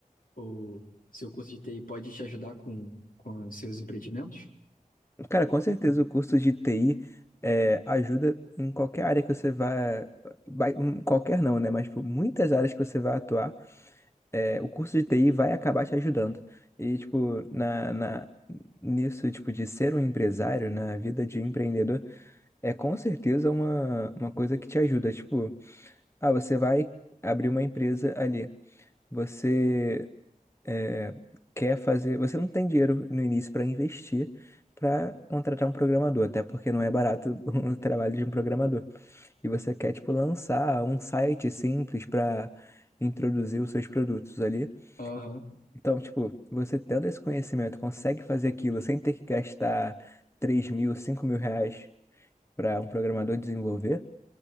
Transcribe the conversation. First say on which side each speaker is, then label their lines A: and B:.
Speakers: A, on the left (about 70°); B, on the left (about 20°).
A: ou seu curso de TI pode te ajudar com, com os seus empreendimentos?
B: Cara, com certeza o curso de TI é, ajuda em qualquer área que você vá, vai- em Qualquer não, né? Mas por muitas áreas que você vai atuar, é, o curso de TI vai acabar te ajudando. E, tipo, na, na, nisso, tipo, de ser um empresário, na vida de empreendedor, é com certeza uma, uma coisa que te ajuda. Tipo, ah, você vai abrir uma empresa ali. Você é, quer fazer. Você não tem dinheiro no início para investir. Para contratar um programador, até porque não é barato <laughs> o trabalho de um programador. E você quer, tipo, lançar um site simples para introduzir os seus produtos ali.
A: Aham,
B: Então, tipo, você tendo esse conhecimento, consegue fazer aquilo sem ter que gastar três mil, cinco mil reais para um programador desenvolver?